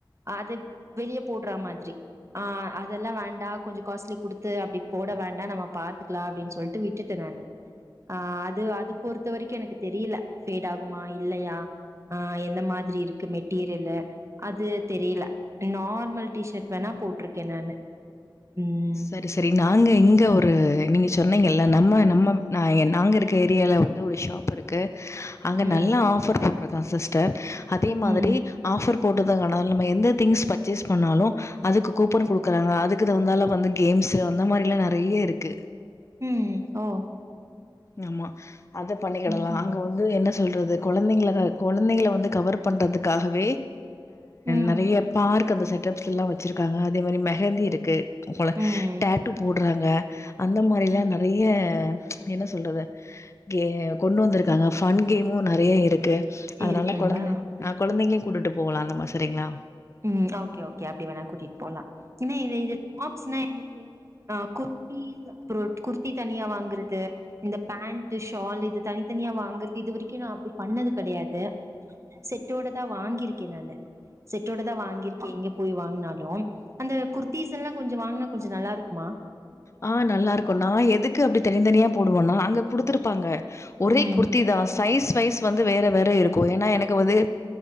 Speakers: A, on the right (about 35°); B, on the left (about 35°).
A: அது வெளியே போட் மாதிரி ஹ் அதெல்லாம் வேண்டாம் கொஞ்சம் காஸ்ட்லி குடுத்து அப்படி போட வேண்டாம் நம்ம பாத்துக்கலாம் அப்டின்னு சொல்லிட்டு விட்டுட்டே நானு அஹ அது அது பொறுத்த வரைக்கும் எனக்கு தெரியல பேடு ஆகுமா இல்லையா ஹ எந்த மாதிரி இருக்கு மெட்டீரியல்லு அது தெரியல நார்மல் டிஷர்ட் வேணா போட்டிருக்கேன் நானு ம்
B: செரி செரி நாங்க இங்க ஒரு நீங்க சொன்னங்க இல்ல நம்ம நம்ம நாங்கள் இருக்க ஏரியாவில் வந்து ஒரு ஷாப் இருக்குது அங்க
A: ம்
B: நல்ல ஆஃபர் போட்டிருக்கான் சிஸ்டர் அதே மாதிரி
A: ம்
B: ஆஃபர் போட்டது நம்ம எந்த திங் பர்ச்சேஸ் பண்ணாலும் அதுக்கு கூப்பன் கொடுக்கறாங்க அதுக்கு தகுந்தால வந்து கேம்ஸு அந்த மாரிலாம் நெறைய இருக்கு
A: ம் ஓ
B: ஆமா அத பண்ணிக்கிடலாம்
A: ம்
B: அங்க வந்து என்ன சொல்றது குழந்தைங்கல குழந்தைங்கல வந்து கவர் பண்றதுக்காகவே
A: ம்
B: நெறைய பார்க் ந்த செட்ப்ஸ்ல எல்லாம் வச்சிருக்காங்க அதே மாதிரி மெஹந்தி இருக்கு
A: ம்
B: டாட்டு போடுறாங்க அந்த மாரிலாம் நெறைய என்ன சொல்றது கே கொண்டு வந்திருக்காங்க ஃபன் கேமும் நெறைய இருக்கு அதனால
A: இருக்குங்களா
B: கொழந்த ஆஹ் கொழந்தைங்க கூட்டிட்டு போகலாம் அந்த மாரி செரிங்களா
A: ம் ஓகே ஓகே அப்படி வேணா கூட்டிட்டு போலாம் ஏன்ன இது டாப்ஸ்னா எனக்கு அ குர்தி அப்பறோம் த்தி தனியா வாங்குறது இந்த பேண்ட் ஷால் இது தனித்தனியா வாங்குறது இது வரைக்கும் நான் அப்படி பண்ணது கிடையாது செட்டோட தான் வாங்கியிருக்கேன் நானு செட் செட் டோடதா வாங்கிருக்கேன் போய் வாங்கினாலும் அந்த குர்த்தீஸ் எல்லாம் கொஞ்சம் வாங்கினா கொஞ்சம் நல்லா இருக்குமா
B: ஆஹ் நல்லா இருக்கும் நா எதுக்கு அப்படி தனி தனியா போடுவோன்னா அங்கே கொடுத்துருப்பாங்க ஒரே
A: ம்
B: குர்த்தி தா சைஸ் சைஸ் வந்து வேறு வேறு இருக்கும் ஏன்னா எனக்கு வந்து